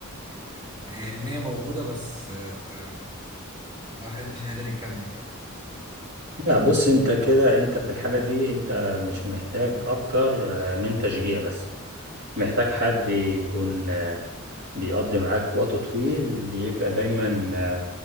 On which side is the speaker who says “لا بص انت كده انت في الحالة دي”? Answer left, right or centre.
Right